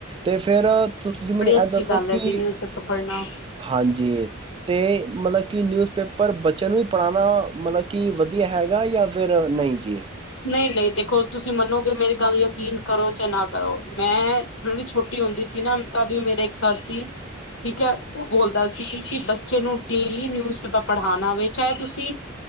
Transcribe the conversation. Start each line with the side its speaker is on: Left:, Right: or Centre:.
Right: ਤੇ ਫਿਰ ਤੋ ਤੁਸੀਂ ਮੈਨੂੰ
Left: ਬੜੀ
Right: ਇਹਦ
Left: ਅੱਛੀ
Right: ਦੱਸੋ
Left: ਗੱਲ
Right: ਕਿ
Left: ਹੈ ਜੀ ਨਿਊਜ਼ ਪੇਪਰ ਪੜ੍ਹਨਾ
Right: ਹਾਂਜੀ ਤੇ ਮਤਲਬ ਕੀ ਨਿਊਜ਼ਪੇਪਰ ਬੱਚਿਆਂ ਨੂੰ ਵੀ ਪੜ੍ਹਾਣਾ ਮਤਲਬ ਕਿ ਵਧੀਆ ਹੈਗਾ। ਜਾਂ ਫਿਰ ਨਹੀਂ ਜੀ
Left: ਨਹੀਂ ਨਹੀਂ ਦੇਖੋ ਤੁਸੀਂ ਮੰਨੋਗੇ ਮੇਰੀ ਗੱਲ ਯਕੀਨ ਕਰੋ ਚੇ ਨਾ ਕਰੋ ਮੈਂ ਜਿਹੜੀ ਛੋਟੀ ਹੁੰਦੀ ਸੀ ਤਦ ਵੀ ਉਹ ਮੇਰੇ ਇੱਕ ਸਰ ਸੀ ਠੀਕ ਹੈ। ਉਹ ਬੋਲਦਾ ਸੀ ਕਿ ਬਚ ਜੇ ਕਿਉਂਕਿ ਨਿਊਜ਼ਪੇਪਰ ਪੜ੍ਹਾਣਾ ਹੋਵੇ ਚਾਹੇ ਤੁਸੀਂ